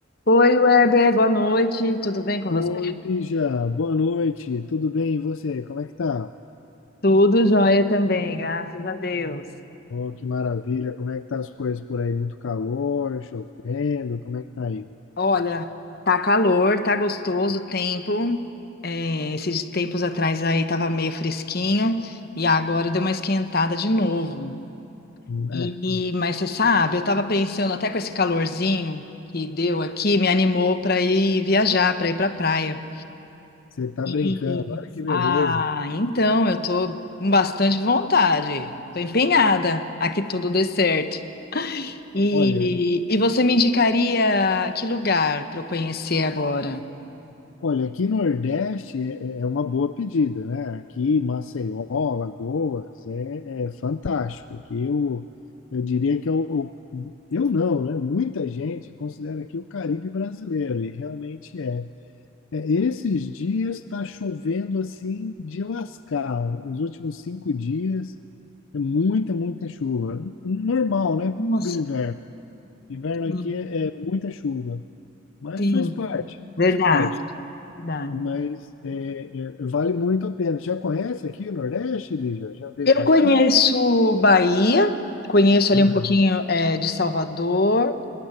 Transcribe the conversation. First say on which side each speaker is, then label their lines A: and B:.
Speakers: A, on the left; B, on the left.
A: Oi, Weber, boa noite. Tudo bem com
B: Oi,
A: você?
B: Lígia, boa noite, tudo bem? E você, como é que tá?
A: Tudo jóia também, graças a Deus.
B: Oh, que maravilha, como é que tá as coisas por aí? Muito calor, chovendo, como é que tá aí?
A: Olha, tá calor, tá gostoso o tempo. É, esses tempos atrás aí tava meio fresquinho e agora deu uma esquentada de novo.
B: Hum,
A: E,
B: É,
A: e- mas você sabe, eu tava pensando até com esse calorzinho que deu aqui, me animou para ir viajar, para ir para praia.
B: você tá brincando,
A: E-
B: olha que beleza.
A: ah, então eu tô com bastante vontade. Tô empenhada a que tudo dê certo. E,
B: Olha,
A: e você me indicaria que lugar para eu conhecer agora?
B: olha, aqui no Nordeste é, é é uma boa pedida, né? Aqui, Maceió, Lagoas, é, é fantástico. Aqui eu, eu diria que é o, o- eu não, né? Muita gente considera aqui o Caribe brasileiro, e realmente é. É, esses dias está chovendo assim de lascar. Os últimos cinco dias é muita, muita chuva. Normal, né?
A: Nossa,
B: Para o inverno. Inverno
A: sim,
B: aqui é, é muita chuva, mas
A: sim,
B: faz parte,
A: verdade,
B: faz parte.
A: verdade.
B: Mas é, é, vale muito a pena. Já conhece aqui o Nordeste, Lígia? Já veio
A: Eu
B: para
A: conheço
B: cá?
A: Bahia, conheço ali
B: Aham.
A: um pouquinho eh, de Salvador.